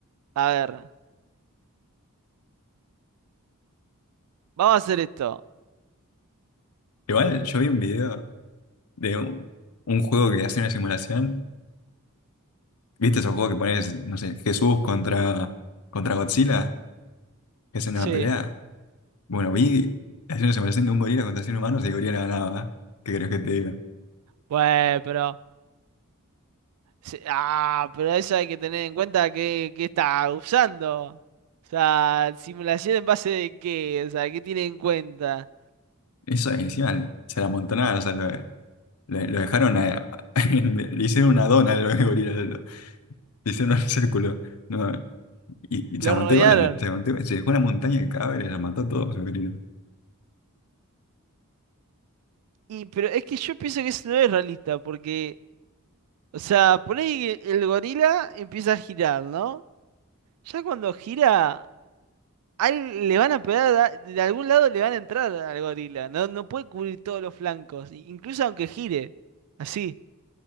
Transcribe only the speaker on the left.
Igual yo vi un video de un, un juego que hace una simulación. ¿Viste esos juegos que pones, no sé, Jesús contra, contra Godzilla? Que hacen
una pelea. Bueno, vi hacer una separación de un gorila contra 100 humanos y el gorila ganaba. ¿eh? ¿Qué crees que te diga?
Eso encima se la amontonaron, o sea, lo, lo- lo dejaron, a- <laughs> le hicieron una dona al gorila, lo- lo- le hicieron un círculo. No, y, y
se aguantó
igual, se aguantó igual. Se dejó una montaña de cadáveres, la mató a todos el gorila.